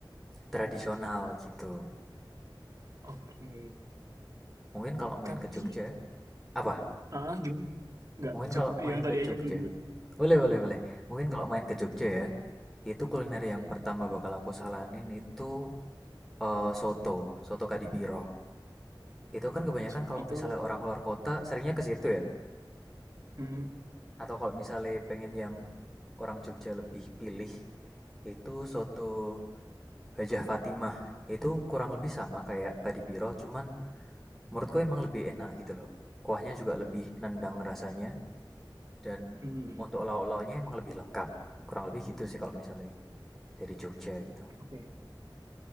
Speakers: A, in the centre; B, on the right.
A: tradisional gitu.
B: Oke.
A: Mungkin kalau main
B: Tapi,
A: ke Jogja, apa?
B: ah gimana? Nggak,
A: Mungkin
B: coba
A: kalau main
B: yang tadi
A: ke Jogja.
B: aja lu dulu.
A: Boleh, boleh, boleh. Mungkin kalau main ke Jogja ya, Itu kuliner yang pertama bakal aku saranin itu eh, soto, soto Kadipiro. Itu kan kebanyakan
B: So,
A: kalau
B: itu
A: misalnya orang luar kota seringnya ke situ ya.
B: mm,
A: Atau kalau misalnya pengen yang orang Jogja lebih pilih itu soto Hajah Fatimah. Itu kurang lebih sama kayak Kadipiro, cuman menurutku emang lebih enak gitu loh. Kuahnya juga lebih nendang
B: oh,
A: rasanya dan
B: mm,
A: untuk lauk-lauknya emang lebih lengkap. Kurang lebih gitu sih kalau misalnya dari Jogja gitu.
B: oke.